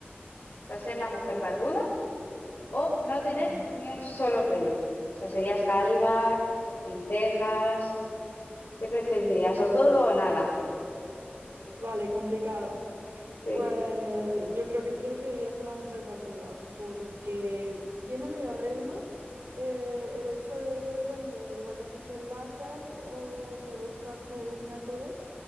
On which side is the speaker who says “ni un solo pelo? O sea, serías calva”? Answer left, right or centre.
Left